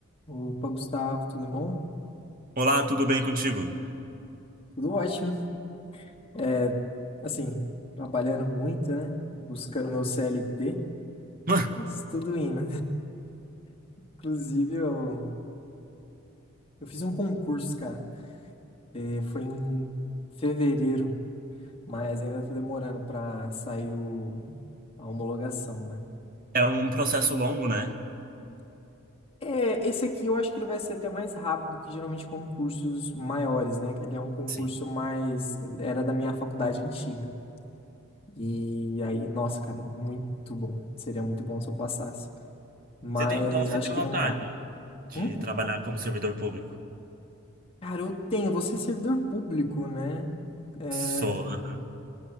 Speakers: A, on the left; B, on the right.
A: Opa, Gustavo, tudo bom?
B: Olá, tudo bem contigo?
A: Tudo ótimo. É, assim, trabalhando muito, né? Buscando meu CLT,
B: <laughs>
A: mas tudo indo. <laughs> Inclusive, eu, eu fiz um concurso, cara. É, foi em fevereiro, mas ainda tá demorando pra sair o, a homologação, né?
B: É um processo longo, né?
A: É, esse aqui eu acho que ele vai ser até mais rápido que geralmente concursos maiores, né? Ele é um concurso
B: Sim.
A: mais... Era da minha faculdade antiga. E aí, nossa, cara, muito bom. Seria muito bom se eu passasse. Mas
B: Você tem- então você
A: acho
B: tem
A: que
B: vontade
A: não dá.
B: de
A: Hum?
B: trabalhar como servidor público?
A: Cara, eu tenho. Você é servidor público, né? É,
B: Sou. aham.